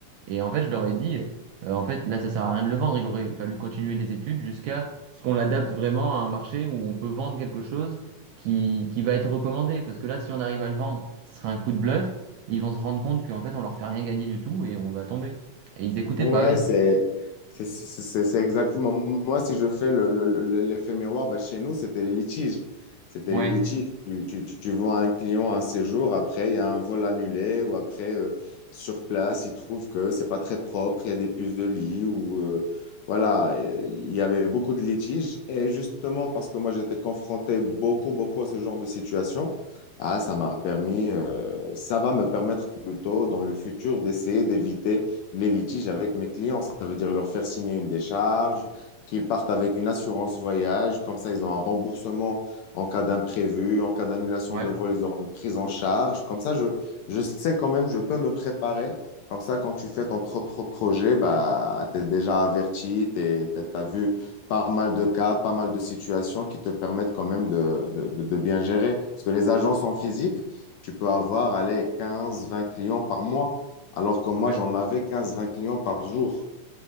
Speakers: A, on the right; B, on the left.
A: Et en fait, je leur ai dit, euh, en fait, là, ça sert à rien de le vendre, il aurait fallu continuer les études jusqu'à ce qu'on l'adapte vraiment à un marché où on peut vendre quelque chose qui, qui va être recommandé. Parce que là, si on arrive à le vendre, ça sera un coup de bluff, et ils vont se rendre compte qu'en fait, on leur fait rien gagner du tout et on va tomber. Et ils écoutaient
B: Ouais,
A: pas. ils-
B: c'est, C'est c'est- c'est- c'est exactement. Moi, si je fais le, le- le- l'effet miroir, bah, chez nous, c'était les litiges. C'était
A: Ouais,
B: les litiges. Tu, tu, tu, tu vois un client un séjour, après, il y a un vol annulé, ou après, euh, sur place, il trouve que c'est pas très propre, il y a des puces de lit, ou euh, voilà. Et Il y avait beaucoup de litiges. Et justement, parce que moi, j'étais confronté beaucoup, beaucoup à ce genre de situation, ah, ça m'a permis, euh, ça va me permettre plutôt dans le futur d'essayer d'éviter les litiges avec mes clients. Ça veut dire leur faire signer une décharge, qu'ils partent avec une assurance voyage. Comme ça, ils ont un remboursement en cas d'imprévu, en cas d'annulation
A: ouais,
B: de vol, ils auront une prise en charge. Comme ça, je, je sais quand même, je peux me préparer. Comme ça, quand tu fais ton propre projet, bah, tu es déjà averti, tu as vu pas mal de cas, pas mal de situations qui te permettent quand même de, de, de, de bien gérer. Parce que les agences en physique, tu peux avoir, allez, 15 20 clients par mois. Alors que moi,
A: ouais.
B: j'en avais quinze, vingt clients par jour.